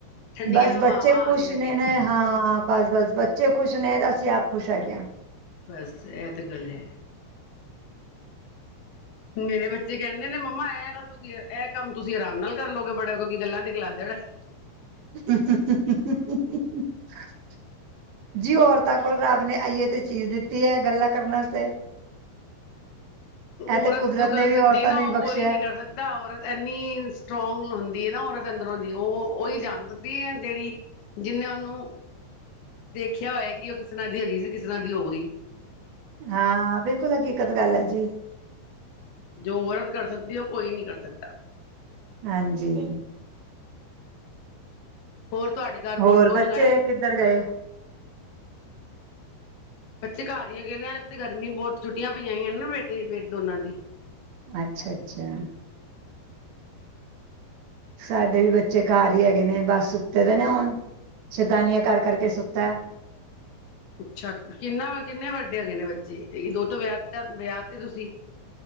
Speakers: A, on the left; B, on the right.
A: ਠੰਡੀਆਂ
B: ਬਸ ਬੱਚੇ
A: ਹਵਾਵਾਂ
B: ਖੁਸ਼
A: ਆਉਣੀਆਂ ਚਾਈਦੀਆਂ।
B: ਨੇ ਨਾ ਹਾਂ ਬਸ-ਬਸ ਬੱਚੇ ਖੁਸ਼ ਨੇ, ਅਸੀਂ ਆਪ ਖੁਸ਼ ਹੈਗੇ।
A: ਬਸ ਇਹ ਤਾਂ ਗੱਲ ਹੈ। ਮੇਰੇ ਬੱਚੇ ਕਹਿੰਦੇ ਨੇ ਮੰਮਾ ਇਹ ਗੱਲ ਤੁਸੀਂ ਇਹ ਕੰਮ ਤੁਸੀਂ ਆਰਾਮ ਨਾਲ ਕਰ ਲਓਗੇ ਬੜੇ ਕਿਉਂਕਿ ਗੱਲਾਂ ਤੇ ਗਲਾ ਦੇਣਾ।
B: <inaudible> ਜੀ ਔਰਤਾਂ ਕੋਲ ਰੱਬ ਨੇ ਆਈਏ ਤੇ ਚੀਜ਼ ਦਿੱਤੀ ਐ ਗੱਲਾਂ ਕਰਨ ਵਾਸਤੇ। ਇਹ
A: ਔਰਤ
B: ਤੇ ਕੁਦਰਤ
A: ਜੋ ਕਰ
B: ਨੇ ਵੀ
A: ਸਕਦੀ
B: ਔਰਤਾਂ
A: ਐ ਨਾ
B: ਨੂੰ ਹੀ
A: ਉਹ
B: ਬਖਸ਼ਿਆ
A: ਕੋਈ ਨੀ ਕਰ ਸਕਦੀ ਔਰਤ ਇੰਨੀ ਸਟਰੋਂਗ ਹੁੰਦੀ ਆ ਨਾ ਔਰਤ ਅੰਦਰੋਂ ਦੀ ਓ ਓਹੀ ਜਾਣਦੀ ਹੈ ਜਿਹੜੀ ਜਿੰਨੇ ਓਨੂੰ ਦੇਖਿਆ ਹੋਇਆ ਕਿ ਉਹ ਕਿਸ ਤਰ੍ਹਾਂ ਦੀ ਹੈਗੀ ਸੀ ਕਿਸ ਤਰ੍ਹਾਂ ਦੀ ਹੋ ਗਈ।
B: ਹਾਂ ਬਿਲਕੁਲ ਹਕੀਕਤ ਗੱਲ ਹੈ ਜੀ।
A: ਜੋ ਔਰਤ ਕਰ ਸਕਦੀ ਆ, ਉਹ ਕੋਈ ਨਹੀਂ ਕਰ ਸਕਦਾ।
B: ਹਾਂਜੀ
A: ਹੋਰ ਤੁਹਾਡੇ ਘਰ
B: ਹੋਰ
A: ਕੌਣ ਕੌਣ
B: ਬੱਚੇ
A: ਹੈਗਾ
B: ਕਿੱਧਰ ਗਏ?
A: ਬੱਚੇ ਘਰ ਹੀਈ ਹੈ ਕਹਿੰਦੇ ਆ ਅੱ ਤੇ ਗਰਮੀ ਬਹੁਤ ਛੁੱਟੀਆਂ ਪਈਆਂ ਹੋਈ ਨਾ ਬੇਟੇੇ ਦੋਨਾਂ ਦੀ
B: ਅੱਛਾ-ਅੱਛਾ ਸਾਡੇ ਵੀ ਬੱਚੇ ਘਰ ਹੀ ਹੈਗੇ ਨੇ ਬਸ ਸੁੱਤੇ ਦੇ ਨੇ ਹੁਣ ਸ਼ੈਤਾਨੀਆ ਕਰ ਕਰਕੇ ਸੁੱਤਾ
A: ਅੱਛਾ ਕਿੰਨਾ-ਕਿੰਨੇ ਵੱਡੇ ਹੈਗੇ ਨੇ ਬੱਚੇ ਦੋ ਤੋਂ ਵਿਆਹ-ਵਿਆਹ ਤੇ ਤੁਸੀਂ